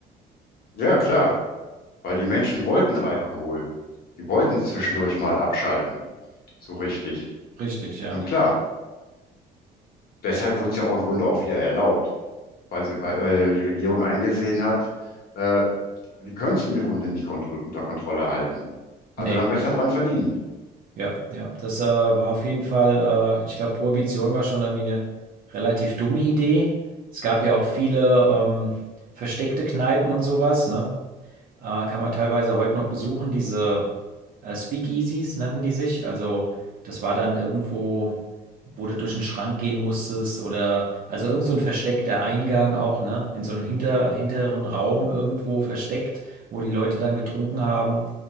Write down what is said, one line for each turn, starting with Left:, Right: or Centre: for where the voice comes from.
Left: Ja, klar, weil die Menschen wollten Alkohol. Die wollten zwischendurch mal abschalten, so richtig.
Right: Richtig, ja.
Left: Und klar, deshalb wurde es ja auch im Grunde auch wieder erlaubt, weil, sie, weil, weil die Regierung eingesehen hat, äh, die können es im Grunde nicht kontro unter Kontrolle halten. Also
Right: Nee,
Left: dann besser dran verdienen.
Right: ja, ja. Das äh, war auf jeden Fall, äh, ich glaube, Prohibition war schon irgendwie eine relativ dumme Idee. Es gab ja auch viele ähm, versteckte Kneipen und sowas, ne? äh, kann man teilweise heute noch besuchen. Diese äh, Speakeasies nannten die sich. Also das war dann irgendwo, wo du durch einen Schrank gehen musstest oder also irgend so ein versteckter Eingang auch, ne? In so einem hinter, hinteren Raum irgendwo versteckt, wo die Leute dann getrunken haben.